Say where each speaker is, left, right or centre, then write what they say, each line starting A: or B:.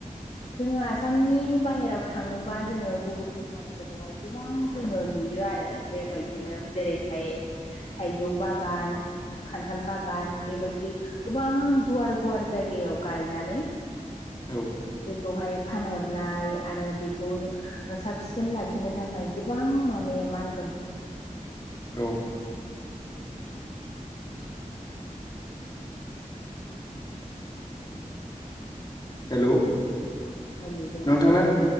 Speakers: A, on the left (about 50°); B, on the left (about 30°).
A: जोङो आसामनि बाहेराव थाङोबा जोङो गुबुन हारिफोरखौहाय गोबां जोङो नुयो आरो बेबायदिनो जेरैहाय थाइजौ बागान खान्थाल बागान बेबायदि गोबां गुवार गुवार जायगायाव गायनानै
B: औ
A: बेखौहाय फानहर नाय आरो बेखौ साब सिखोन लाखिनो थाखाय गोबां माने मा होनगोन
B: औ। <inaudible> हेलौ।
A: नुदों
B: नोंथांना
A: आरो